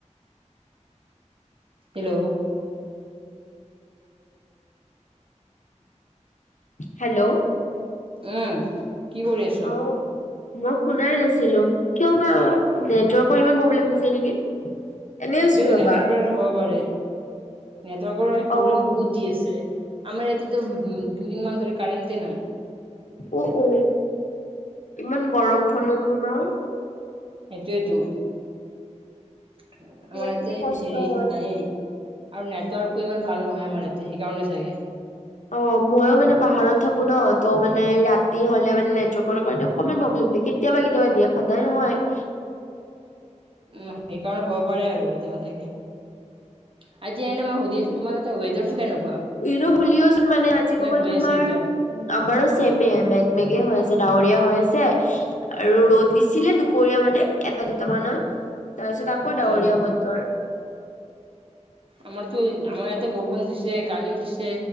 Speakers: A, on the right (about 45°); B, on the left (about 80°).
A: হেল্ল'।
B: হেল্ল'।
A: আহম কি কৰি আছ।
B: অ মই শুনাই নাছিলো কিয় নেটৱৰ্কৰ ইমান প্ৰব্লেম দি নেকি। এনেই
A: সেইটোোৱয়েতো
B: আছো ৰবা
A: নেটৱৰ্কৰ হ'ব পাৰে নেটৱৰ্কৰ প্ৰব্লেম
B: অ
A: বহুত দি আছে। আমাৰ ইয়াতেতো উ দুদিন মমান ধৰি কাৰণ্টে নাই।
B: উ উ ইমান গৰমখনতো ন।
A: সেইটোয় সেইটো। আমাৰ
B: কিমান
A: ইতে
B: খিনি কষ্ট
A: হেৰি
B: হয়
A: নায়ে। আৰু নেটৱৰ্কো ইমান ভাল নহয় আমাৰ ইয়াতে সেইকাৰণে চাগে।
B: অ। ময়ো মানে পাহাৰত থাকো ন ত মানে ৰাতি হলে মানে নেটৱৰ্কৰ কাৰণে অকমান প্ৰব্লেম ন কেতিয়। া কেতিয়াবা দিয়ে সদায় নহয়।
A: উম সেইকাৰণে হ'ব পাৰে আৰু কেতিয়াবা থাকে। আজি এনে মই শুধিয় আছো তমাৰ ত েধৰ তু কে ন।
B: ইো বওচোন মানে আজি কব
A: হৈ
B: তোমাৰ
A: আছে এতিয়াও
B: আমাৰো চছেমে মেঘমেগে হৈ আছে ড ডাৱৰীয়া হৈ আছে আৰু ৰ'দ দিছিলে দুপৰীয়া মানে এটা দুট মানত তাৰপিছত আকৌ ডাৱৰীয়া
A: অ
B: বতৰ
A: আমাৰতো আমাৰ ইয়াতে বৰষুণ দিছে কালিও দিছে